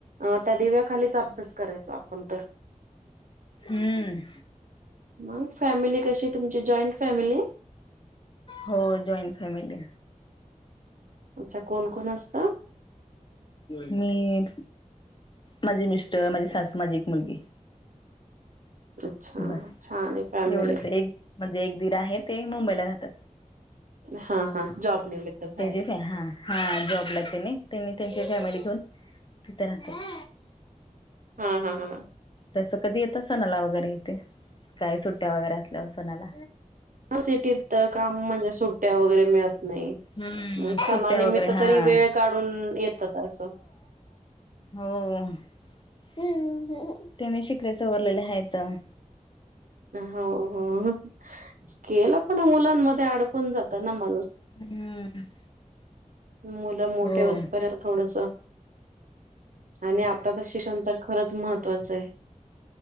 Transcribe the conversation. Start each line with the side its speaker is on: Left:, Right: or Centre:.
Right: अ त्या दिव्याखालीच अभ्यास करायचो आपण तर
Left: हम्म
Right: मग फॅमिली कशीये तुमची जॉईंट फॅमिली
Left: हो जॉईंट फॅमिली.
Right: अच्छा कोण कोण असतं?
Left: मी माझे मिस्टर, माझी सासू, माझी एक मुलगी.
Right: अच्छा
Left: बस
Right: छान ये फॅमिली.
Left: एवढंच एक म्हणजे एक दीर आहे, ते मुंबईला राहतात.
Right: हा हा जॉब निमित्त बाहेर
Left: त्याची फॅ हा हा जॉबला तेनी, त्यांनी त्यांची फॅमिली घेऊन तिथ राहतात.
Right: हा हा हा
Left: तस कधी येतात सणाला वगैरे इथे काय सुट्टया वगैरे असल्यावर सणाला.
Right: हो सिटीत तर काम म्हणजे सुट्टया वगैरे मिळत नाही
Left: हम्म
Right: म सणानिमित्त
Left: सुट्ट्या वगैरे हा
Right: तरी वेळ काढून येतात असं
Left: हो त्यांनी शिकल्या सवरलेलं हायतं.
Right: हो हो केलं पण मुलांमध्ये अडकून जात ना माणूस.
Left: हम्म
Right: मुलं मोठे
Left: हो
Right: होत पर्यंत थोडसं आणि आता क शिक्षण तर खरंच महत्त्वाचंय.